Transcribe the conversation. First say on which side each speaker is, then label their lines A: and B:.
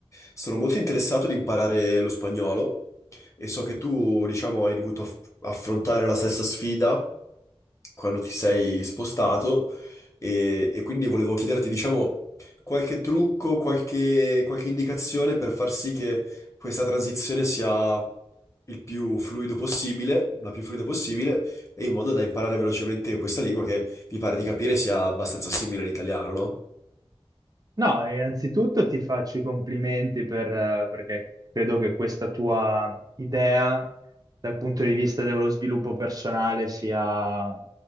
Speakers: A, on the left (about 30°); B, on the right (about 40°).
A: sono molto interessato di imparare lo spagnolo e so che tu, diciamo, hai dovuto aff- affrontare la stessa sfida quando ti sei spostato e, e quindi volevo chiederti, diciamo qualche trucco, qualche, qualche indicazione per far sì che questa transizione sia il più fluido possibile, la più fluida possibile, e in modo da imparare velocemente questa lingua che mi pare di capire sia abbastanza simile all'italiano, no?
B: No, innanzitutto ti faccio i complimenti per, eh, perché credo che questa tua idea dal punto di vista dello sviluppo personale sia